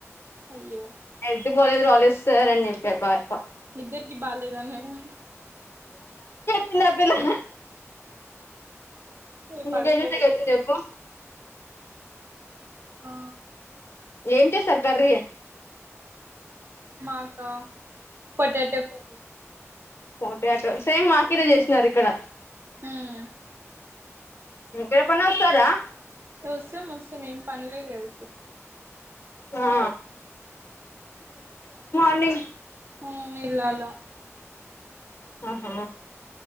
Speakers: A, on the right; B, on the left.
A: అయ్యో
B: హెల్త్ బాలేేదు రాలే స్సార్ అని చెప్పు కాక
A: ఇద్దరుకి బాలేదా అని మేడం
B: పిలా పిలా
A: రేపు
B: ఇంకా
A: అడుగుతాడు
B: ఏం జేసామ్ జెప్పు
A: ఆ
B: ఏంటి సర్కార్
A: మాకా ఫోటో చెప్పాలి
B: పోటో సేమ్ అక్కడే చేసినారు ఇక్కడ
A: హామ్
B: రేపన్నా వస్తారా
A: వస్తాం వస్తాం ఏం పనలేదు గా ఇప్పుడు
B: ఆ నీ
A: అవును ఇల్లాల
B: ఆహా